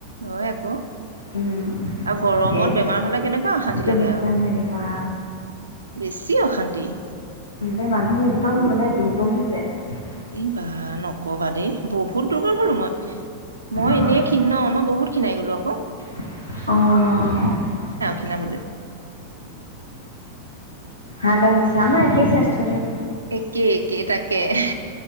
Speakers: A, on the right; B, on the left.
A: হয় আক,
B: উম
A: আৰু গৰমত
B: এ
A: বেমাৰ হলে কেনেকুৱা অশান্তি
B: কেনেকুৱা
A: লাগে আও
B: লাগে বা
A: বেছি অশান্তি। দেই
B: এই মানুহ একদম মানে দুৰ্বল হৈ যায়।
A: এই বা নকবা দেই, বহুত দুৰ্বল হলো মই। মই
B: হয়
A: এনেই খিন ন, মই বহুত খিনাই গলো আকৌ। ক <inaudible>
B: <unintelligible> অঁ অ
A: কিনা <unintelligible>
B: <unintelligible> কি স্বাস্থ্য দিয়ক।
A: একে- একে তাকে, -কে,